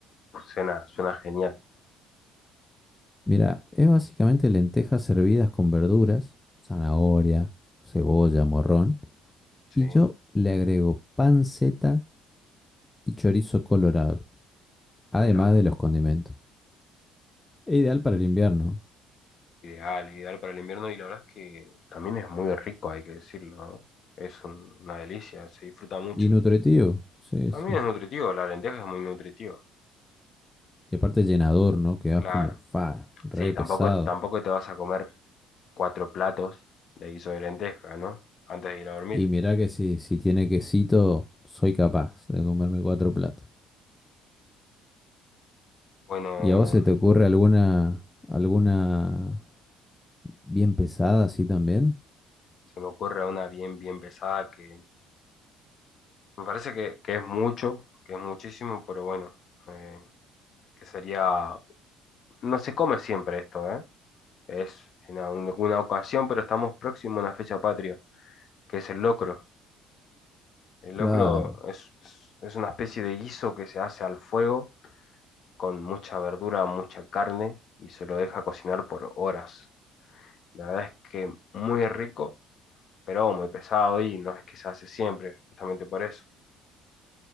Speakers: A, on the left (about 55°); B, on the left (about 15°).
A: suena, suena genial.
B: Mira, es básicamente lentejas servidas con verduras, zanahoria, cebolla, morrón,
A: Sí,
B: y yo le agrego panceta y chorizo colorado, además
A: mira vos.
B: de los condimentos. Es ideal para el invierno
A: Ideal, ideal para el invierno y la verdad es que también es muy rico, hay que decirlo, ¿no? Es un- una delicia, se disfruta mucho.
B: y nutritivo, sí,
A: También
B: sí.
A: es nutritivo, la lenteja es muy nutritiva,
B: Y aparte llenador, ¿no? Quedas
A: claro.
B: como fa, re
A: Sí, tampoco,
B: pesado.
A: tampoco te vas a comer cuatro platos de guiso de lenteja, ¿no? Antes de ir a dormir.
B: Y mirá que si, si tiene quesito, soy capaz de comerme cuatro platos.
A: Bueno,
B: ¿Y a vos se te ocurre alguna, alguna bien pesada así también?
A: se me ocurre una bien, bien pesada que me parece que, que es mucho, que es muchísimo, pero bueno, eh, que sería, no se come siempre esto, ¿eh? Es en alguna ocasión, pero estamos próximos a una fecha patria, que es el locro. El
B: Claro.
A: locro es, es- es una especie de guiso que se hace al fuego con mucha verdura, mucha carne y se lo deja cocinar por horas. La verdad es que muy rico pero muy pesado y no es que se hace siempre, justamente por eso.